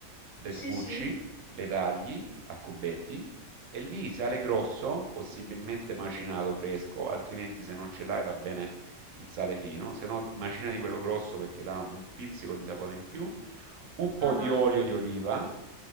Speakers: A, on the right (about 70°); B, on the left (about 55°).
A: le sbucci,
B: Sì, sì.
A: le tagli a cubetti e lì sale grosso, possibilmente macinato fresco, altrimenti se non ce l'hai va bene il sale fino, se no macina di quello grosso perché dà un pizzico di sapore in più, un po'
B: Ah,
A: di
B: ah.
A: olio di oliva